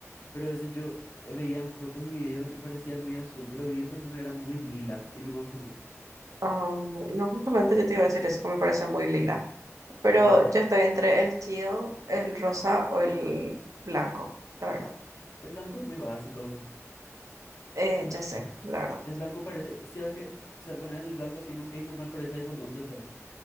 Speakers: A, on the left (about 65°); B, on the right (about 80°).
A: Pero ese yo eh, veía en fotos y videos y parecía muy azul, pero vi en persona era muy lila y no me gustó más.
B: Ah, no, justamente yo te iba a decir eso, que me parece muy lila. Pero
A: Sí.
B: yo estoy entre el tío, el rosa o el blanco, la verdad.
A: El blanco es muy básico.
B: Eh, ya sé, la verdad.
A: El blanco parece, si sabes que se pone el blanco así en un case normal, parece iPhone once otra vez.